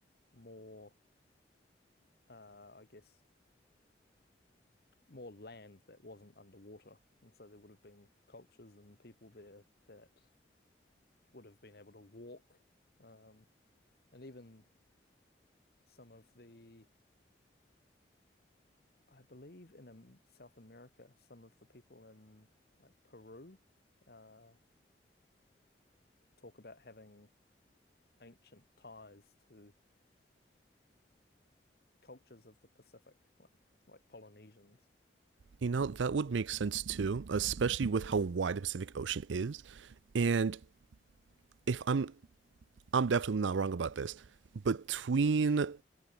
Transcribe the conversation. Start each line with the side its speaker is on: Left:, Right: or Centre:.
Left: more, uh, I guess, more land that wasn't underwater, and so there would have been cultures and people there that would have been able to walk, um, and even some of the I believe in um, South America, some of the people in like Peru uh, talk about having ancient ties to cultures of the Pacific, like like Polynesians.
Right: You know that would make sense too, especially with how wide the Pacific Ocean is, and if I'm I'm definitely not wrong about this. Between